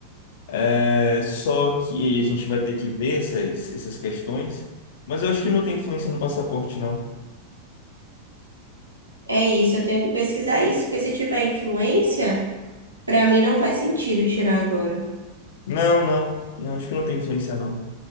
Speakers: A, on the left; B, on the right.
A: É, só que a gente vai ter que ver essas, essas questões. Mas eu acho que não tem influência no passaporte, não.
B: É isso, eu tenho que pesquisar isso, porque se tiver influência, pra mim não faz sentido tirar agora.
A: Não, não. Não, acho que não tem influência, não.